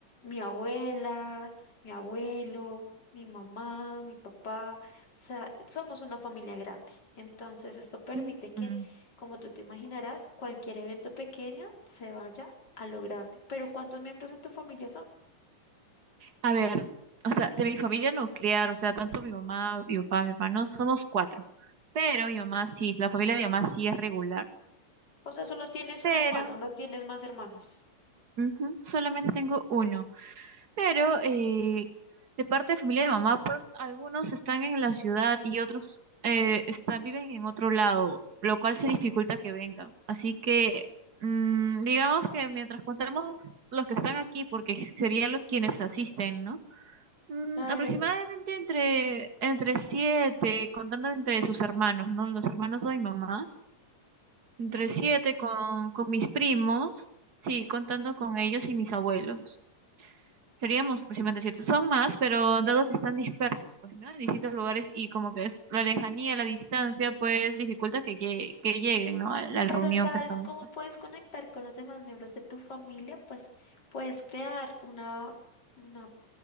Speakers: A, on the left; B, on the right.
A: mi abuela, mi abuelo mi mamá, mi papá, o sea, somos una familia grande. Entonces, esto permite
B: Mm.
A: que, como tú te imaginarás, cualquier evento pequeño se vaya a lo grande. Pero ¿cuántos miembros en tu familia son?
B: A ver, o sea, de mi familia nuclear, o sea, tanto mi mamá, mi papá, mi hermano, somos cuatro. Pero mi mamá sí, la familia de mi mamá sí es regular.
A: O sea, solo tienes
B: Pero
A: un hermano, no tienes más hermanos.
B: ujú, solamente tengo uno. Pero eh, de parte de familia de mamá, pues algunos están en la ciudad y otros eh, están, viven en otro lado, lo cual se dificulta que vengan. Así que mm, digamos que mientras contamos los que están aquí, porque serían los quienes asisten, ¿no? Mm,
A: Claro,
B: aproximadamente entre, entre siete, contando entre sus hermanos, ¿no? Los hermanos de mi mamá, entre
A: sí.
B: siete con, con mis primos, sí, contando con ellos y mis abuelos seríamos aproximadamente siete. Son más, pero dado que están dispersos, pues, ¿no? En distintos lugares y como que es la lejanía, la distancia, pues dificulta que, llegue- que lleguen, ¿no? A la
A: Pero
B: reunión
A: ¿sabes
B: que estamos.
A: cómo
B: pues.
A: puedes conectar con los demás miembros de tu familia? Pues puedes crear una, una,